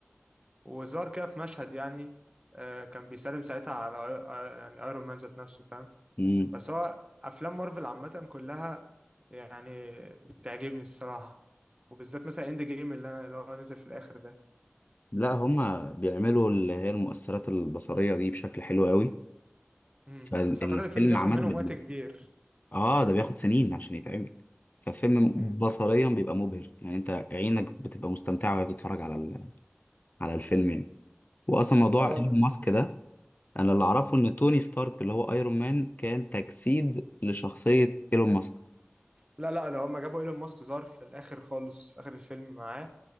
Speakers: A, on the right (about 25°); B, on the left (about 40°).
A: وظهر كده في مشهد يعني آه، كان بيسلم ساعتها على آي- يعني ايرون مان ذات نفسه فاهم
B: مم.
A: بس هو افلام مارفل عامه كلها يعني بتعجبني الصراحه وبالذات مثلا اند جيم اللي انا اللي هو نزل في الاخر ده
B: لا هما بيعملوا اللي هي المؤثرات البصرية دي بشكل حلو قوي
A: امم
B: فالفيلم
A: بس اعتقد الفيلم بياخد
B: عامة
A: منهم
B: بيبقى
A: وقت كبير
B: اه ده بياخد سنين عشان يتعمل فالفيلم
A: امم
B: بصريا بيبقى مبهر يعني انت عينك بتبقى مستمتعة وهي بتتفرج على ال... على الفيلم يعني واصلا موضوع
A: اه
B: ايلون
A: ده-
B: ماسك ده انا اللي اعرفه ان توني ستارك اللي هو ايرون مان كان تجسيد لشخصية ايلون ماسك
A: لا لا ده هما جابوا ايلون ماسك ظهر في الاخر خالص في اخر الفيلم معاه